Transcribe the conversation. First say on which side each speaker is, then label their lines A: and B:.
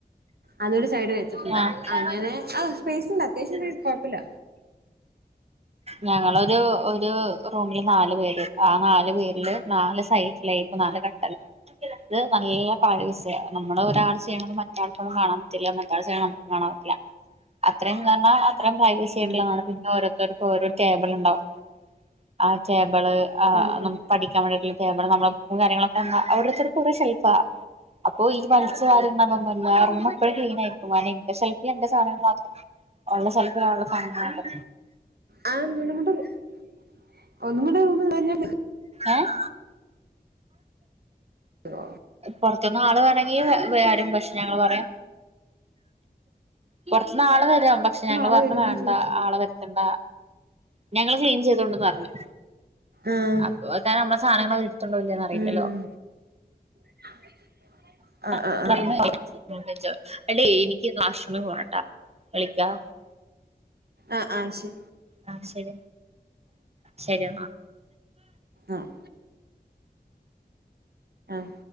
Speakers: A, on the right; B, on the right.
A: അതൊരു സൈഡ് വെച്ചിട്ട്ണ്ട്
B: ആഹ്
A: അങ്ങനെ ആ സ്പേസ്ണ്ട് അത്യാവശ്യം സ്പെ കൊഴപ്പല്ല.
B: ഞങ്ങളൊരു ഒരു റൂമില് നാല് പേര് ആ നാലു പേരില് നാല് സൈ <unintelligible> നാല് കട്ടൽ ഇത് നല്ല പാരസ്യ നമ്മള് ഒരാൾ ചെയ്യണത് മറ്റാൾക്കൊന്നും കാണാൻ പറ്റില്ല മറ്റാൾ ചെയ്യണ കാണാ പറ്റ്ല്ല അത്രയും ന്നർഞാ അത്രയും പ്രൈവസി ആയിട്ടുള്ളതാണ്
A: ഉം
B: പിന്നെ ഓരോര്ത്തര് ഓരോ ടേബിള് ണ്ടാവു. ആഹ് റ്റെബള് ആഹ്
A: ഉം ഉം
B: നമുക്ക് പഠിക്കാ വേണ്ടീട്ടുള്ള ടെബിള് നമ്മളെ ബുക്കും കാര്യങ്ങളൊക്കൊന്നർഞാ ഓരോരുത്തർക് ഓരോ ഷെൽഫ. അപ്പൊ ഈ വലിച് വാരുന്നൊന്നുന്നല്ല റൂം എപ്പഴും ക്ലീൻ ആയിരിക്കും ആനെ എന്റെ സെൽഫി എന്റെ സാധനങ്ങൾ മാത്രം ഉള്ള സ്ഥലത്ത് ആഹ് ഒള്ള സാനങ്ങളക്കെ
A: ആഹ് <unintelligible> ഒന്നും കൂടെ റൂമിൽ ഉണ്ടായിരുന്ന കിട്ടും
B: ഏഹ്
A: <unintelligible>
B: പൊറത്തുന്ന് ആള് വേണെങ്കി <unintelligible> പക്ഷെ ഞങ്ങള് പറയും പുറത്തുന്ന് ആള് വരാം പക്ഷെ
A: പുറത്തുന്ന്
B: ഞങ്ങള്
A: ആളെ
B: പറഞ്ഞു
A: വരുമോന്ന്
B: വേണ്ട
A: ചോദിച്ചത്
B: ആളെ വര്ത്തണ്ട ഞങ്ങള് സെയിം ചെയ്തോണ്ടന്ന് പറഞ്ഞു
A: ആഹ്
B: അപ്പൊ തെ നമ്മെ സാനങ്ങൾ എടുത്ണ്ടോല്ലന്ന് അറിയില്ലല്ലോ
A: ഉം <inaudible> ആഹ്
B: <inaudible>
A: ആഹ് ആഹ് ആഹ് ആഹ് ശരി
B: ആഹ് ശരി ശരിഎന്നാ
A: ആഹ് ആഹ്